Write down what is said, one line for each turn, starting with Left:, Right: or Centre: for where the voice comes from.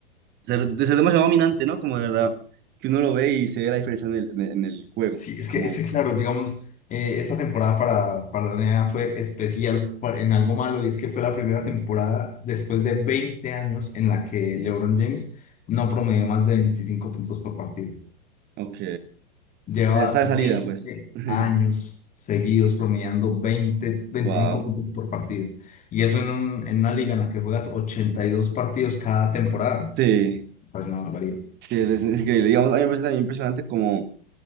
Right: ser, de ser demasiado dominante, ¿no? Como de verdad, que uno lo ve y se ve la diferencia en el, en el en el juego.
Left: Sí, es
Right: Como,
Left: que, es que, claro, digamos, eh, esta temporada para, para la NBA fue especial por- en algo malo y es que fue la primera temporada después de 20 años en la que LeBron James no promedió más de 25 puntos por partido.
Right: ok,
Left: Lleva
Right: o sea, ya está de
Left: 20
Right: salida, pues. <laughs>
Left: años seguidos promediando veinte veinticinco
Right: Wow.
Left: puntos por partido. Y eso en, un- en una liga en la que juegas 82 partidos cada temporada.
Right: Sí.
Left: Pues una barbaridad.
Right: Sí, es, es increíble. Digamos, a mí me parece también impresionante como,